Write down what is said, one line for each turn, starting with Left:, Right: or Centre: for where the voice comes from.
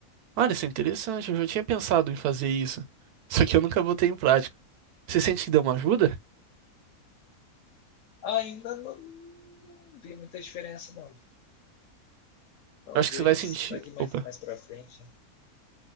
Right: Olha, isso é interessante, eu já tinha pensado em fazer isso. Só que eu nunca botei em prática. Você sente que deu uma ajuda?
Left: Ainda não, não vi muita diferença, não. Talvez
Right: Eu Acho que você vai sentir.
Left: daqui mais,
Right: Opa,
Left: mais pra frente, né?